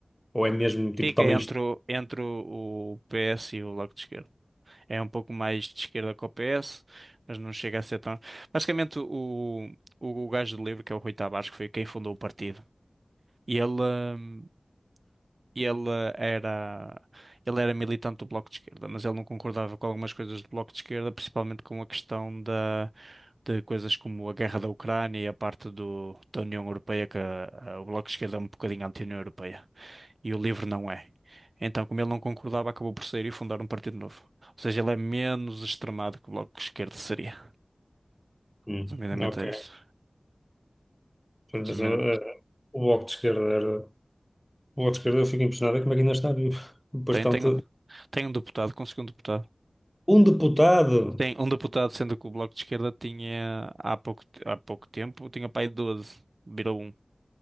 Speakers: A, in the centre; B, on the right (about 65°).
A: Ou é mesmo, tipo,
B: Fica
A: também...
B: entre,
A: isto-
B: o- entre o o PS e o Bloco de Esquerda. É um pouco mais de esquerda que o PS, mas não chega a ser tão. Basicamente, o, o, o gajo do livre que é o Rui Tavares, que foi quem fundou o partido, e ele, hum, ele era, ele era militante do Bloco de Esquerda, mas ele não concordava com algumas coisas do Bloco de Esquerda, principalmente com a questão da, de coisas como a guerra da Ucrânia e a parte do, da União Europeia, que a- a- o Bloco de Esquerda é um bocadinho anti-União Europeia. E o livre não é. Então, como ele não concordava, acabou por sair e fundar um partido novo. Ou seja, ele é menos extremado que o Bloco de Esquerda seria.
A: Hum,
B: Resumidamente
A: ok.
B: é isso. Resumidamente,
A: Mas, eh, o Bloco de Esquerda era... O Bloco de Esquerda eu fico impressionado é como é que ainda está vivo. Bastante...
B: tem, tem, tem um deputado, conseguiu um deputado.
A: Um deputado!
B: Tem um deputado, sendo que o Bloco de Esquerda tinha, há pouco, há pouco tempo, tinha pai de 12, virou um.